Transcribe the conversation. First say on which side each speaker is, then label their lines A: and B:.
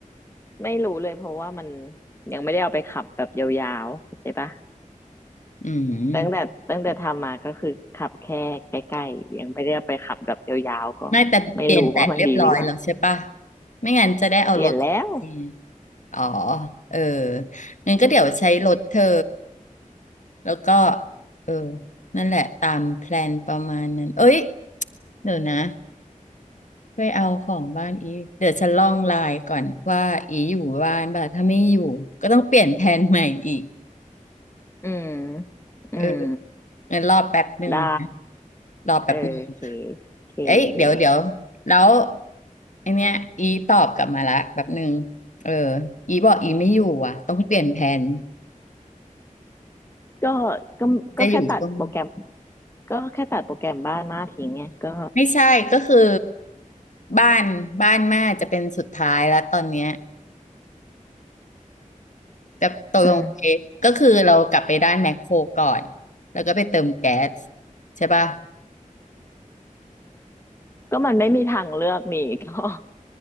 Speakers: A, on the left; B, on the left.
A: ไม่รู้เลยเพราะว่ามันยังไม่ได้เอาไปขับแบบยาวๆเข้าใจปะ
B: อืม
A: ตั้งแต่ตั้งแต่ทำมาก็คือขับแค่ใกล้ๆยังไม่ได้ไปขับแบบยาวๆก็
B: ไม่แต่เปลี่ยนแบตเรียบร้อยแล้วใช่ปะ
A: ไม่รู้ว่ามันดีหรือยัง
B: ไม่งั้นจะได้เอารถเออ
A: เปลี่ยนแล้ว
B: อ๋อเอองั้นก็เดี๋ยวใช้รถเธอแล้วก็เออนั่นแหละตามแพลนประมาณนั้นเอ้ยเดี๋ยวนะไปเอาของบ้านอีเดี๋ยวฉันลองไลน์ก่อนว่าอีอยู่บ้านบ่าถ้าไม่อยู่ก็ต้องเปลี่ยนแผนใหม่อีก
A: อืมอืม
B: เอองั้นรอแป๊บหนึ่งนะ
A: ได้
B: รอแป๊บหนึ่ง
A: เออโอเคโอเคโอเค
B: เอ้ยเดี๋ยวเดี๋ยวแล้วไอเนี้ยอีตอบกลับมาละแบบหนึ่งเอออีบอกอีไม่อยู่อ่ะต้องเปลี่ยนแผน
A: ก็ก็ก็แค่ตัดโปรแกรม
B: จะอยู่ช่วง
A: ก็แค่ตัดโปรแกรมบ้านมาทิ้งไงก็
B: ไม่ใช่ก็คือบ้านบ้านแม่จะเป็นสุดท้ายแล้วตอนเนี้ยจะตกลงไปก็คือเรากลับไปด้านแมคโครก่อน
A: อืม
B: แล้วก็ไปเติมแก๊สใช่ป่ะ
A: ก็มันไม่มีทางเลือกนี่ก็ <laughs>